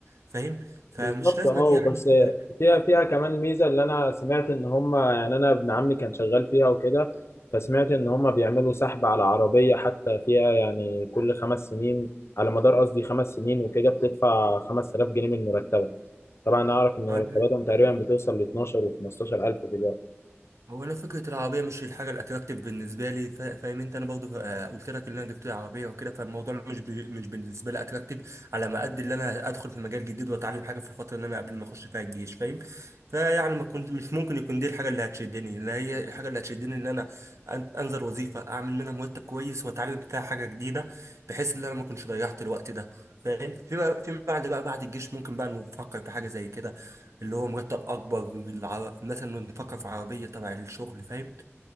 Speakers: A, on the right; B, on the left.
A: فاهم فمش
B: بالظبط
A: لازم
B: اه
A: يعني
B: بس
A: ال-
B: فيها فيها كمان ميزه اللي انا سمعت ان هم يعني انا ابن عمي كان شغال فيها وكده فسمعت ان هم بيعملوا سحب على عربيه حتى فيها يعني كل خمس سنين على مدار قصدي خمس سنين وكده بتدفع 5000 جنيه من مرتبك طبعا اعرف ان
A: آه،
B: مرتباتهم تقريبا بتوصل ل 12 و 15000 دلوقتي
A: هو انا فكره العربيه مش الحاجه الاتراكتيف بالنسبه لي فا- فاهم انت انا برضه فا- قلت لك ان انا جبت لي عربيه وكده فالموضوع مش بي مش بالنسبه لي اتراكتيف على ما قد اللي انا ادخل في مجال جديد واتعلم حاجه في الفتره اللي انا قبل ما اخش فيها الجيش فاهم فيعني ما كنت مش ممكن يكون دي الحاجه اللي هتشدني اللي هي الحاجه اللي هتشدني ان انا أن- انزل وظيفه اعمل منها مرتب كويس واتعلم فيها حاجه جديده بحيث ان انا ما كنتش ضيعت الوقت ده فاهم في بقى- في بعد بقى بعد الجيش ممكن بقى نفكر في حاجه زي كده اللي هو مرتب اكبر الع- مثلا نفكر في عربيه تبع الشغل فاهم